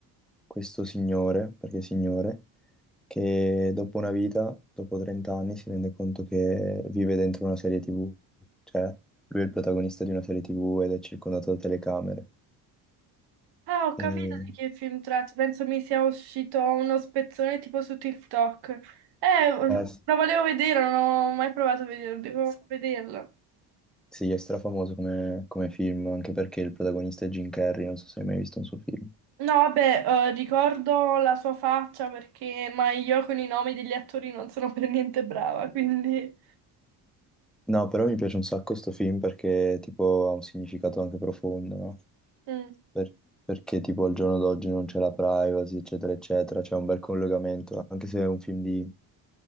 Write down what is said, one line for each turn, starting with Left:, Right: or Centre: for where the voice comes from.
Centre: questo signore, perché è signore, che dopo una vita, dopo 30 anni, si rende conto che vive dentro una serie TV. Cioè, lui è il protagonista di una serie TV ed è circondato da telecamere.
Right: Ah, ho capito
Centre: E...
Right: di che film tratti. Penso mi sia uscito uno spezzone tipo su TikTok. Eh, lo
Centre: eh, sì.
Right: volevo vedere, non ho mai provato a vederlo, devo vederlo.
Centre: Sì, è strafamoso come, come film, anche perché il protagonista è Jim Carrey, non so se hai mai visto un suo film.
Right: No, vabbè, eh, ricordo la sua faccia perché, ma io con i nomi degli attori non sono per niente brava, quindi
Centre: No, però mi piace un sacco sto film perché tipo ha un significato anche profondo, no?
Right: Mm.
Centre: Per- perché tipo al giorno d'oggi non c'è la privacy, eccetera, eccetera, c'è un bel collegamento, anche se è un film di,